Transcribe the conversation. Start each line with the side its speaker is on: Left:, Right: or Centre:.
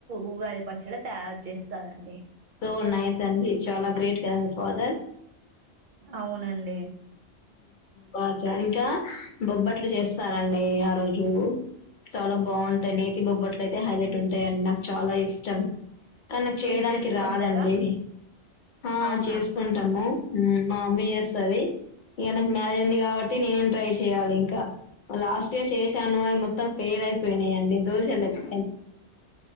Right: ఉగాది పచ్చడి తయారు చేస్తారంండి
Left: ఓ నైస్ అండి చాలా గ్రేట్ కదా మి ఫాదర్
Right: అవునండి
Left: బాగా చ ఇంకా బొబ్బట్లు చేస్తారండి ఆ రోజు చాలా బాగుంటాయి నేతి బొబ్బట్లు అయితే హైలైట్ ఉంటాయండి నాకు చాలా ఇష్టం తనకు చేయడానికి
Right: మీరు చేసుకుంటారా
Left: రాదండి ఆ
Right: అవునా
Left: చేసుకుంటాము మా అమ్మీ చేస్తది ఇంగ నాకు మ్యారేజ్ అయింది కాబట్టి నేనేం ట్రై చెయ్యాలి ఇంకా లాస్ట్ ఇయర్ చేశాను అవి మొత్తం ఫెయిల్ అయిపోయినాయండి దోషాలుడి